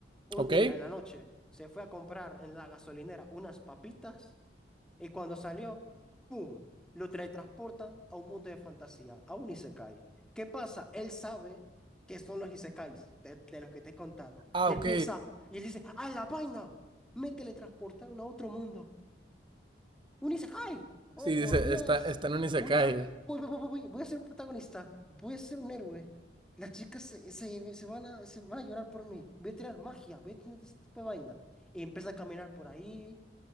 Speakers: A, in the centre; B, on the right (about 25°).
A: Un
B: ok.
A: día en la noche se fue a comprar en la gasolinera unas papitas y cuando salió, ¡pum! Lo teletransportan a un mundo de fantasía, a un isekai. ¿Qué pasa? Él sabe que son los isekais de, de los que te he contado.
B: Ah,
A: Y
B: ok.
A: él piensa, y él dice, ¡ah, la vaina! Me teletransportaron a otro mundo. Un Isekai. Oh,
B: Sí, dice,
A: por Dios.
B: está, está en un isekai.
A: Voy a, voy, voy, voy, voy- voy a ser un protagonista. Voy a ser un héroe. Las chicas se, se- se van a, se van a llorar por mí. Voy a tirar magia. Voy a tener este tipo de vaina. Y empieza a caminar por ahí.